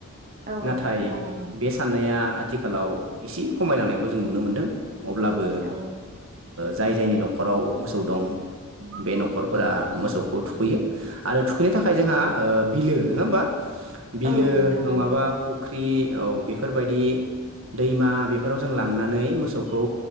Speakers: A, on the right; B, on the right.
A: औ
B: नाथाय
A: नोंथां नंगौ
B: बे साननाया आथिखालाव एसे खमायलांनायखौ जों नुनो मोनदों अब्लाबो
A: औ
B: जाय जायनि न'खराव मोसौ दं बे न'खरफोरा मोसौखौ थुखैयो आरो थुखैनो थाखाय जोंहा बिलो नङा होमबा बिलो
A: औ नोंथां
B: नङाबा
A: नंगौ
B: फख्रि फुख्रि औ बेफोरबायदि दैमा बेफोराव जों लांनानै मोसौखौ